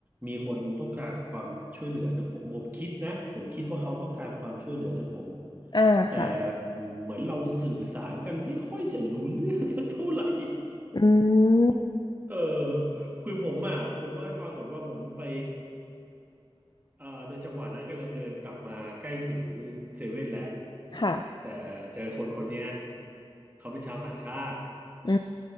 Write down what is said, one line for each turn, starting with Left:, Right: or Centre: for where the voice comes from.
Right: มีคนต้องการความช่วยเหลือจากผมผมคิดนะผมคิดว่าเขาต้องการความช่วยเหลือจากผม
Left: อ่าค่ะ
Right: แต่เหมือนเราสื่อสารกันไม่ค่อยจะรู้เรื่องสักเท่าไหร่
Left: อืม
Right: <laughs> เออคือผมอ่ะผมเล่าให้ฟังก่อนว่าผมไปเอ่าในจังหวะนั้นกำลังเดินกลับมาใกล้ถึงเซเว่นแล้ว
Left: ค่ะ
Right: แต่เจอคนคนเนี้ยเขาเป็นชาวต่างชาติ
Left: อื